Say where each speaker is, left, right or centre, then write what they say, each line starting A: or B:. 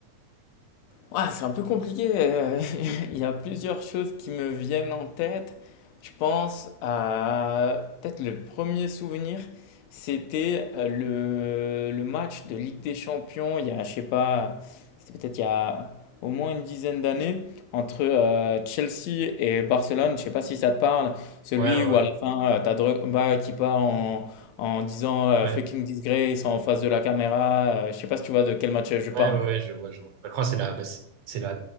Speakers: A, on the left; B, on the right.
A: ouais c'est un peu compliqué. euh, <laughs> Il y a plusieurs choses qui me viennent en tête. Je pense à peut-être le premier souvenir, c'était euh, le, le match de Ligue des Champions. Il y a, je sais pas, c'était peut-être il y a au moins une dizaine d'années entre euh, Chelsea et Barcelone. Je sais pas si ça te parle. Celui
B: Ouais, ouais,
A: où
B: ouais.
A: à la fin, euh, t'as Drogba qui part en, en disant euh,
B: Ouais,
A: fucking disgrace en face de la caméra. Euh, je sais pas si tu vois de quel match je parle.
B: ouais, ouais, ouais, je vois, je vois. Je crois que c'est la, bah, c'est la